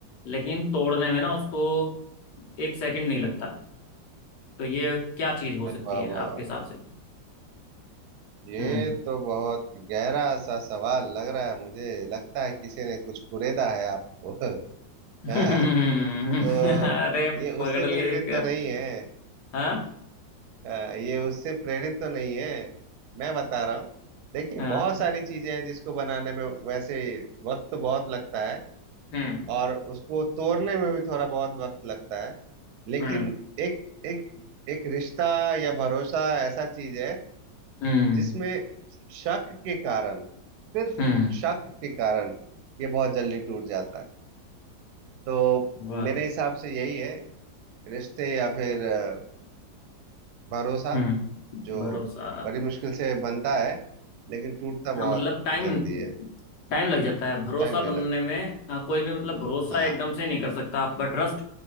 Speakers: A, on the left (about 65°); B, on the right (about 70°).
A: लेकिन तोड़ने में ना उसको एक सेकंड नहीं लगता तो ये क्या चीज हो सकती
B: बाबा
A: है आपके हिसाब से
B: ये
A: हम्म
B: तो बहुत गहरा सा सवाल लग रहा है मुझे लगता है किसी ने कुछ कुरेदा है आपको <laughs>
A: <laughs> अरे
B: हाँ? तो ये
A: पकड़
B: उससे
A: लिए
B: प्रेरित
A: दिक्कत
B: तो नहीं है
A: हाँ
B: अ, ये उससे प्रेरित तो नहीं है मैं बता रहा हूँ देखिए
A: हाँ
B: बहुत सारी चीजें हैं जिसको बनाने में वैसे वक्त तो बहुत लगता है
A: हम्म
B: और उसको तोड़ने में भी थोड़ा बहुत वक्त लगता है लेकिन
A: हम्म
B: एक एक एक रिश्ता या भरोसा ऐसा चीज है
A: हम्म
B: जिसमें शक के कारण सिर्फ
A: हम्म
B: शक के कारण ये बहुत जल्दी टूट जाता है तो
A: वाह
B: मेरे हिसाब से यही है रिश्ते या फिर अ, भरोसा
A: हम्म
B: जो
A: भरोसा
B: बड़ी मुश्किल से बनता है लेकिन टूटता
A: हाँ
B: बहुत
A: मतलब टाइम
B: जल्दी है
A: टाइम लग जाता है भरोसा
B: टाइम
A: बनने
B: नहीं लगता
A: में हाँ, कोई भी मतलब भरोसा
B: हाँ
A: एकदम से नहीं कर सकता आपका ट्रस्ट